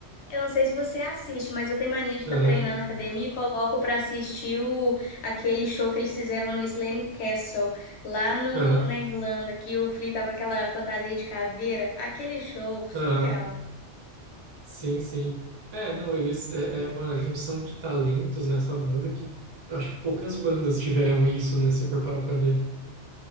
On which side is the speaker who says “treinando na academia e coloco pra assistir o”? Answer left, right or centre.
Left